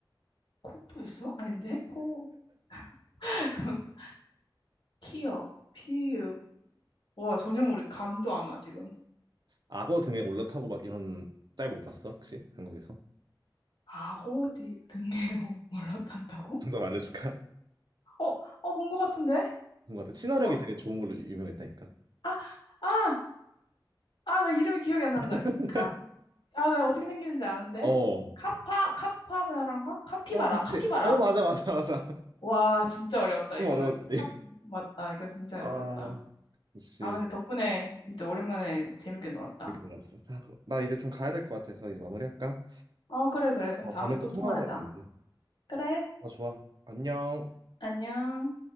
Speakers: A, on the left; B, on the right.
A: 코뿔소? 아닌데? 코, <laughs> 그거 쓰- 키역, 피읕. 와, 전혀 모르, 감도 안 와, 지금.
B: 악어 등에 올라타고 막 이런 짤 못 봤어? 혹시 한국에서?
A: 악어 뒤- 등에 <laughs> 올라탄다고?
B: 정더 알려줄까?
A: 어, 어, 본 것 같은데?
B: 뭔가 되게 친화력이
A: 어,
B: 되게 좋은 걸로 유명했다니까.
A: 아, 아, 아, 나 이름이 기억이 안 난다.
B: <laughs>
A: 카, 아, 나 어떻게 생기는지 아는데.
B: 어.
A: 카파, 카파바라인가? 카피바라,
B: 어 비슷해.
A: 카피바라.
B: 어 맞아 맞아 맞아. <laughs>
A: 와, 진짜 어려웠다,
B: 좀
A: 이거는.
B: 어려웠지.
A: 카, 맞다, 이건 진짜
B: 아
A: 어려웠다.
B: 역시
A: 아, 근데 덕분에 진짜 오랜만에 재밌게 놀았다.
B: 이렇게 놀랐어 자, 나 이제 좀 가야 될 것 같아서 이제 마무리할까?
A: 어, 그래, 그래. 그럼
B: 어
A: 다음에
B: 다음에 또
A: 또
B: 통화하자
A: 통화하자.
B: 그러면.
A: 그래,
B: 어 좋아. 안녕.
A: 안녕.